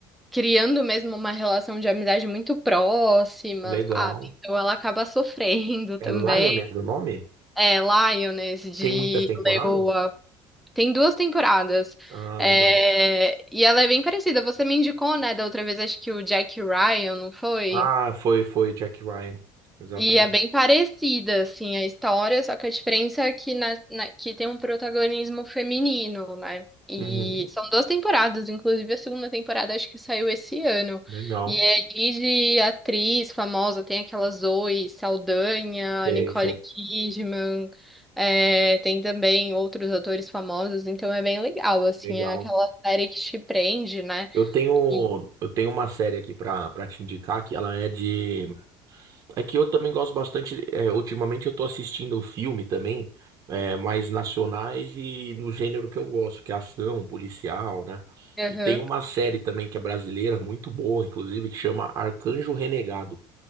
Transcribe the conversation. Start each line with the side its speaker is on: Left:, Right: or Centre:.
Centre: criando mesmo uma relação de amizade muito próxima,
Right: legal.
Centre: sabe? Então ela acaba <laughs> sofrendo também.
Right: É Lioness o nome?
Centre: É, Lioness de
Right: Tem muitas temporadas?
Centre: Leoa. Tem duas temporadas.
Right: Ah,
Centre: É,
Right: legal.
Centre: E ela é bem parecida. Você me indicou, né, da outra vez, acho que o Jack Ryan, não foi?
Right: Ah, foi, foi Jack Ryan. Exatamente.
Centre: E é bem parecida, assim, a história, só que a diferença é que, na, na- que tem um protagonismo feminino, né? E
Right: Uhum,
Centre: são duas temporadas, inclusive a segunda temporada acho que saiu esse ano.
Right: legal.
Centre: E aí de atriz famosa tem aquela Zoe Saldanha,
Right: Sei,
Centre: Nicole
Right: sei.
Centre: Kidman, é, tem também outros atores famosos, então é bem legal, assim,
Right: Legal.
Centre: é aquela série que te prende, né?
Right: Eu tenho,
Centre: E,
Right: eu tenho uma série aqui pra, pra te indicar que ela é de É que eu também gosto bastante. é, ultimamente eu tô assistindo filme também, é, mais nacionais e no gênero que eu gosto, que é ação, policial, né?
Centre: aham,
Right: E tem uma série também que é brasileira, muito boa, inclusive, que chama Arcanjo Renegado,